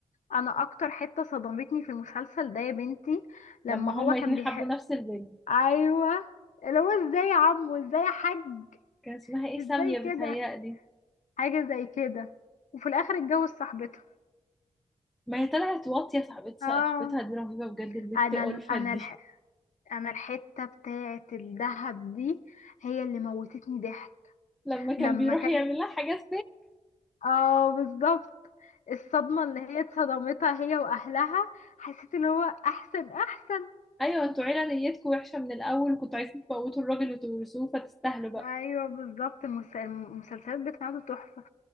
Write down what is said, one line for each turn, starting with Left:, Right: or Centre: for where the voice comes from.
Left: انا اكتر حته صدمتني في المسلسل ده يا بنتي لما
Centre: لما
Left: هو
Centre: هما
Left: كان
Centre: الاتنين
Left: بيحب
Centre: حبوا نفس البنت
Left: ايوه اللي هو ازاي يا عمو ازاي يا حاج
Centre: كان اسمها ايه سامية
Left: ازاي كده
Centre: بتهيألي
Left: حاجه زي كده وفي الاخر اتجوز صاحبته
Centre: ما هي طلعت واطية صاحبت- صاحبتها
Left: اه
Centre: دي رهيبة بجد البت
Left: انا
Centre: ألفت
Left: انا
Centre: دي
Left: الح... انا الحته بتاعه الدهب دي هي اللي موتتني ضحك
Centre: لما كان
Left: لما
Centre: بيروح
Left: كانت
Centre: يعمل لها حاجات
Left: اه بالظبط الصدمه اللي هي اتصدمتها هي واهلها حسيت اللي هو احسن احسن
Centre: ايوه انتوا عيله نيتكم وحشه من الاول وكنتوا عايزين تموتوا الراجل وتورثوه فتستاهلوا بقى
Left: ايوه بالظبط المس- المسلسلات بتاعته تحفه